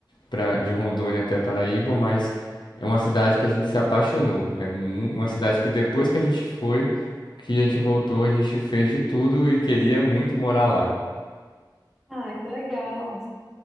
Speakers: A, on the left (about 80°); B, in the centre.
A: pra, de Rondônia até Paraíba, mas é uma cidade que a gente se apaixonou. É mu- uma cidade que depois que a gente foi, que a gente voltou, a gente fez de tudo e queria muito morar lá.
B: Ah, que legal.